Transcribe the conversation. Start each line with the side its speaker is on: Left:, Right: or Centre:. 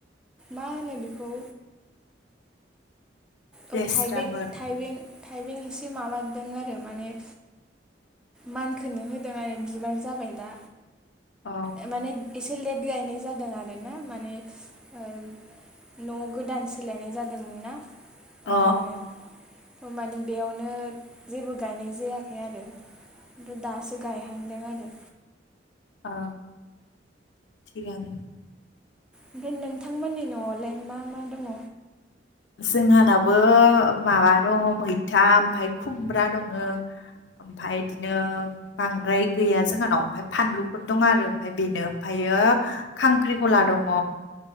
Centre: मा होनो बेखौ औ
Left: लेस्राफोर
Centre: थाइबें थाइबें थाइबें एसे माबादों आरो माने मानखोनो होदों आरो बिबार जाबाय दा
Left: अ
Centre: ओ माने एसे लेट गायनाय जादों आरोना माने ओ न' गोदान सोलायनाय जादोंमोन ना
Left: अ
Centre: ओंखायनो। माने बेयावनो जेबो गायनाय जायाखै आरो। खिन्थु दासो गायहांदों आरो।
Left: ओ <inaudible> थिगानो।
Centre: ओमफ्राय नोंथांमोननि न'आवलाय मा मा दङ?
Left: जोंहानावो माबा दङ मैथा ओमफाय खुमब्रा दङ। ओमफाय बिदिनो बांद्राय गैया जोंहानाव ओमफ्राय फानलुफोर दं आरो ओमफ्राय बेनो ओमफ्रायो खांख्रि खला दङ।